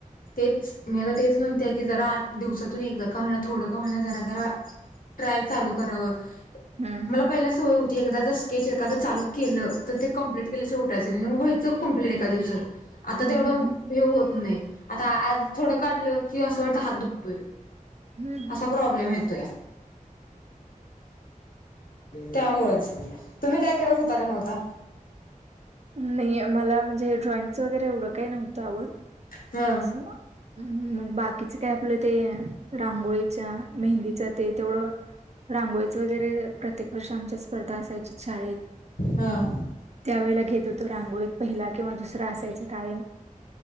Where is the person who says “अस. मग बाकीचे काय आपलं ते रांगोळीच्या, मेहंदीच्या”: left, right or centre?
Right